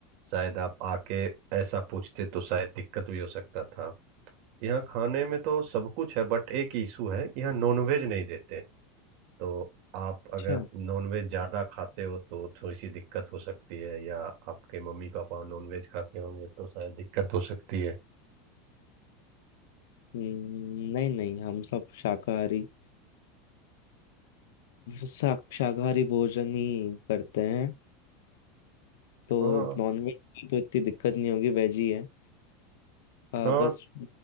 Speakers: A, on the right (about 50°); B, on the left (about 85°).
A: शायद आप आके ऐसा पूछते तो शायद दिक्कत भी हो सकता था यहाँ खाने में तो सब कुछ है बट एक इशू है यहाँ नॉनवेज नहीं देते तो आप अगर
B: अच्छा
A: नॉनवेज ज़्यादा खाते हो तो थोड़ी सी दिक्कत हो सकती है या आपके मम्मी पापा नॉनवेज खाते होंगे तो शायद दिक्कत हो सकती है
B: हम्म, नहीं नहीं हम सब शाकाहारी शा, शाकाहारी भोजन ही करते हैं तो
A: हाँ
B: नॉनवेज की तो इतनी दिक्कत नहीं होगी वेज ही है आ,
A: हाँ
B: बस